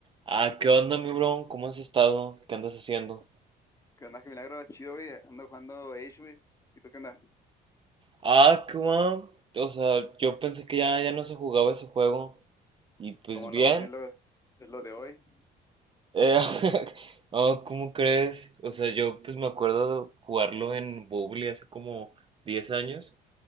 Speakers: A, on the right; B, on the left.
A: Ah, ¿qué onda, mi bro? ¿Cómo has estado? ¿Qué andas haciendo?
B: ¿Qué onda? Qué milagro, chido, güey. Ando jugando Age, güey. ¿Y tú qué onda?
A: Ah, qué guau. O sea, yo pensé que ya, ya no se jugaba ese juego. Y pues
B: ¿Cómo
A: bien.
B: no? Si es lo, es lo de hoy.
A: Eh, <laughs> no, ¿cómo crees? O sea, yo pues me acuerdo de jugarlo en Bubble hace como 10 años,